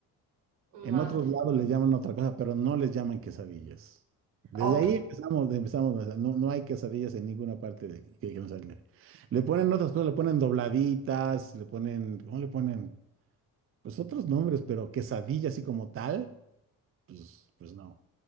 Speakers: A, on the right; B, on the right.
A: Mm,
B: En otros
A: Okay.
B: lados les llaman otra cosa, pero no les llaman quesadillas. Desde
A: O p-
B: ahí empezamos, empezamos, o sea, no, no hay quesadillas en ninguna parte de, que, que no sale. Le ponen otras cosas, le ponen dobladitas, le ponen, ¿cómo le ponen? Pues otros nombres, pero quesadilla así como tal, pues, pues no.